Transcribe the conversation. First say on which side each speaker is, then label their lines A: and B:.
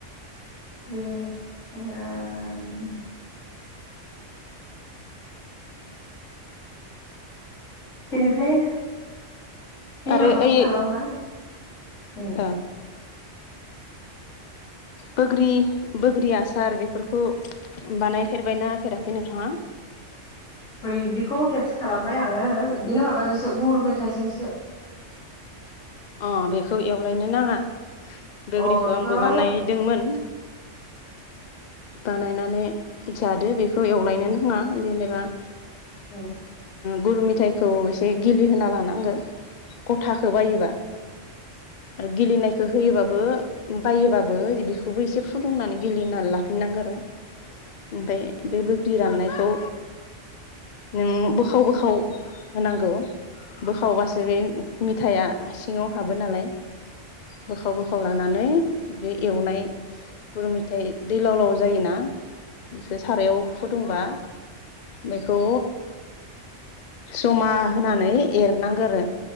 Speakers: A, on the left (about 80°); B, on the left (about 45°).
A: बे ओ- बेनिफ्राय बे
B: आरो
A: माबाखौ
B: ओइ
A: खालामो ना उम।
B: ओ बोग्रि बोग्रि आसार बेफोरखौ बानायफेरबायना होफेराखै नोंथाङा?
A: बैग्रिखौ खेबसे खालामबाय आङो बिदिनो माबाजोंसो गुर मेथाइजोंसो। <inaudible>
B: अ बेखौ एवलायनो नाङा। बोग्रिखौ
A: अ बेखौ
B: आंबो बानायदोंमोन। बानायनानै जादो बेखौ एवलायनो नांङा जेनेबा
A: औ
B: गुरु मेथाइखौ एसे गिलिहोना लानांगौ। गथाखौ बायोबा आरो गेलिनायखौ होयोबाबो बायोबाबो बेखौबो एसे फुदुंनानै गेलिहोना ला फिननांगौ आरो ओमफ्राय बे बोग्रि राननायखौ नों बोखाव बोखाव होनांगौ। बोखावबासो बे मिथाइआ सिङाव हाबो नालाय बोखाव बो खाव लानानै बे एवनाय गुरु मेथायाइ दैलाव लाव जायोना बिखौ सारायाव फुदुंबा बेखौ जमा होनानै एरनांगौ आरो